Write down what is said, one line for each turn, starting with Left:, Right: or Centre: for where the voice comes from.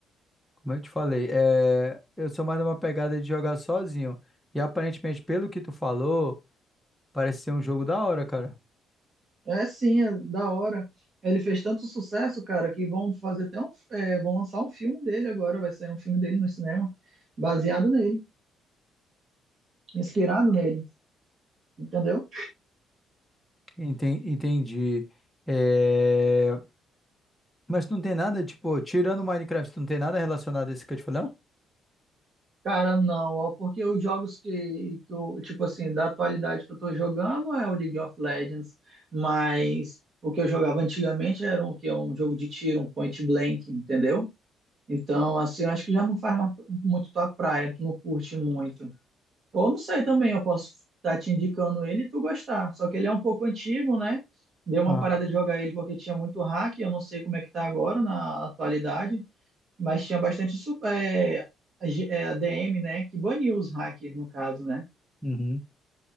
Centre: como eu te falei, é, eu sou mais numa pegada de jogar sozinho. E aparentemente, pelo que tu falou, parece ser um jogo da hora, cara.
Right: É sim, é da hora. Ele fez tanto sucesso, cara, que vão fazer até um. é, vão lançar um filme dele agora. Vai sair um filme dele no cinema, baseado nele, inspirado nele. Entendeu?
Centre: Enten- Entendi. É, Mas tu não tem nada, tipo, tirando o Minecraft, tu não tem nada relacionado a esse que eu te falei, não?
Right: Cara, não, ó, porque os jogos que, que eu, tipo assim, da atualidade que eu tô jogando é o League of Legends, mas o que eu jogava antigamente era um, que é um jogo de tiro, um point blank, entendeu? Então, assim, eu acho que já não faz mais muito tua praia, tu não curte muito. Ou não sei também, eu posso estar te indicando ele e tu gostar. Só que ele é um pouco antigo, né? Deu uma
Centre: Ah,
Right: parada de jogar ele porque tinha muito hack, eu não sei como é que tá agora na atualidade, mas tinha bastante su- é, G- é, ADM, né? Que baniu os hackers, no caso, né?
Centre: uhum.